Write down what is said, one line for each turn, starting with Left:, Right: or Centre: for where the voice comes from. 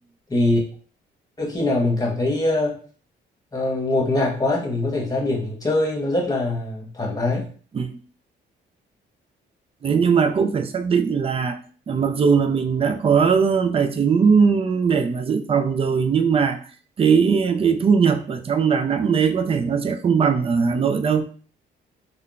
Left: thì đôi khi nào mình cảm thấy ờ, ờ, ngột ngạt quá thì mình có thể ra biển mình chơi nó rất là thoải mái
Right: Ừ. Đấy nhưng mà cũng phải xác định là mặc dù là mình đã có tài chính để mà dự phòng rồi nhưng mà cái cái thu nhập ở trong Đà Nẵng đấy có thể nó sẽ không bằng ở Hà Nội đâu